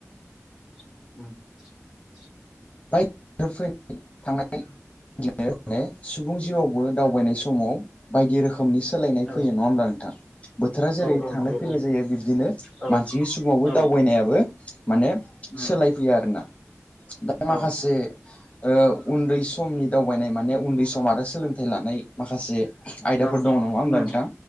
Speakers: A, in the centre; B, on the left.
A: <inaudible>
B: <unintelligible> सुबुं जिउआवबो दावबायनाय समाव बायदि रोखोमनि सोलायनाय
A: औ
B: फैयो नङा होमब्ला नोंथां। बोथोरा जेरै
A: औ
B: थांलाय
A: नंगौ
B: फैलाय जायो बिब्दिनो
A: औ
B: मानसिनि सुबावबो
A: औ
B: दावबायनायाबो माने
A: उम
B: सोलाय फैयो आरोना
A: औ
B: माखासे ओ उन्दै समनि दावबायनाय माने उन्दै सम आरो सोलोंथाइ लानाय माखासे
A: उम
B: आयदाफोर दंङ नङा होनब्ला
A: उम
B: नोंथां
A: औ